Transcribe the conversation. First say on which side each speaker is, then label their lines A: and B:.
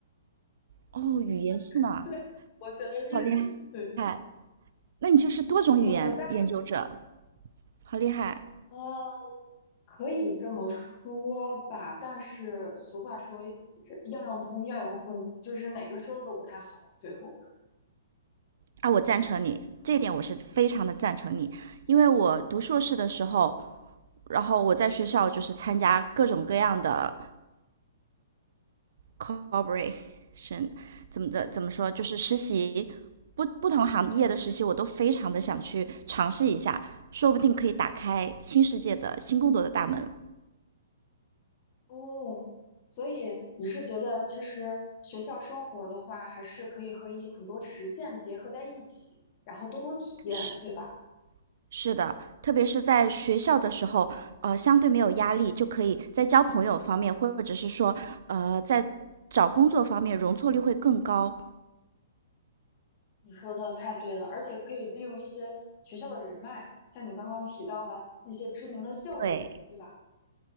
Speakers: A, on the right; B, on the left.
A: 哦，语言系呢，
B: <laughs> 对，我学的日语，
A: 好厉害！
B: 对，
A: 那你就是多种语言研究者，
B: 呃，但
A: 好厉害
B: 呃，可以这么说吧，但是俗话说，这样样通，样样松，就是哪个说的都不太好，最后。
A: 啊！我赞成你这一点，我是非常的赞成你，因为我读硕士的时候，然后我在学校就是参加各种各样的 c o l p a o r a t i o n 怎么的怎么说，
B: 嗯。
A: 就是实习不不同行业的实习，我都非常的想去尝试一下，说不定可以打开新世界的新工作的大门。
B: 哦，所以你是觉得其实学校生活的话，还是可以和一很多实践结合在一起，然后多多体验，
A: 是
B: 对吧？
A: 是的，特别是在学校的时候，呃，相对没有压力，就可以在交朋友方面，或者是说，呃，在找工作方面容错率会更高。
B: 你说的太对了，而且可以利用一些学校的人脉，像你刚刚提到的那些知名的校友，
A: 对，
B: 对吧？